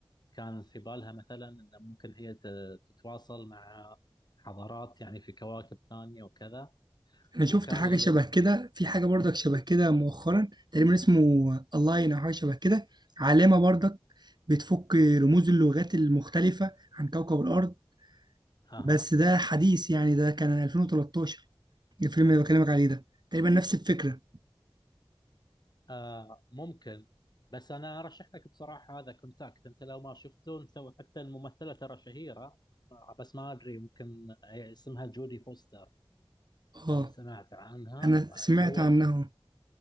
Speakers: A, on the left; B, on the right.
A: كان في بالها مثلا ان ممكن هي ت- تتواصل مع حضارات يعني في كواكب ثانيه وكذا
B: أنا شفت
A: وكان
B: حاجة
A: اللي
B: شبه كده في حاجة برضك شبه كده مؤخرا تقريبا اسمه ألاين أو حاجة شبه كده علامة برضك بتفك رموز اللغات المختلفة عن كوكب الأرض
A: اها
B: بس ده حديث يعني ده كان 2013 الفيلم اللي بكلمك عليه ده تقريبا نفس الفكرة
A: آه ممكن بس انا ارشح لك بصراحه هذا كونتاكت انت لو ما شفته انت حتى الممثله ترى شهيره آه، بس ما ادري ممكن هي اسمها جودي فوستر
B: اه
A: لو سمعت عنها
B: أنا
A: آه،
B: سمعت
A: هو
B: عنه